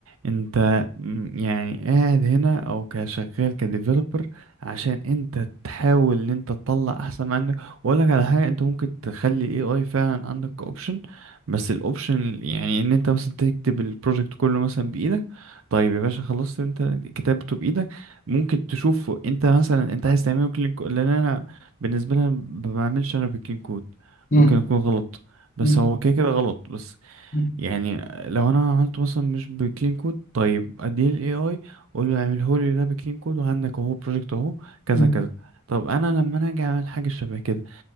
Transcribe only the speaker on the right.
انت م- يعني قاعد هنا او كشغال كديفلوبر عشان انت تحاول ان انت تطلع احسن ما عندك واقول لك على حاجه انت ممكن تخلي اي اي فعلا عندك اوبشن بس الاوبشن يعني ان انت مثلا تكتب البروجكت كله مثلا بايدك طيب يا باشا خلصت انت كتابته بايدك ممكن تشوفه انت مثلا انت عايز تعمله كلين كود لان انا بالنسبه لي أنا ما بعملش انا بالكلين كود
ممكن اكون غلط بس
هو كده كده غلط بس
يعني لو انا عملته مثلا مش بكلين كود طيب اديه للاي اي اقول له اعمله لي ده بكلين كود وعندك اهو بروجكت اهو كذا
كذا طب انا لما انا اجي اعمل حاجه شبه كده